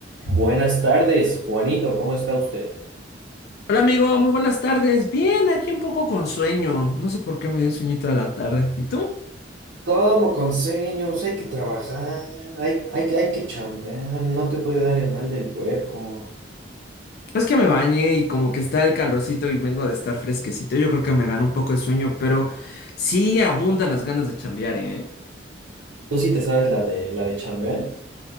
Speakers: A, on the right (about 70°); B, on the left (about 55°).
A: Buenas tardes, Juanito, ¿cómo está usted?
B: Hola amigo, muy buenas tardes. Bien, aquí un poco con sueño. No sé por qué me dio sueñito a la tarde. ¿Y tú?
A: Como con sueños, hay que trabajar, hay, hay, que- hay que chambear, no te puede dar el mal del puerco.
B: Es que me bañé y como que está el calorcito y vengo de estar fresquecito. Yo creo que me gana un poco el sueño, pero sí abundan las ganas de chambear, ¿eh?
A: ¿Tú sí te sabes la de la de chambear?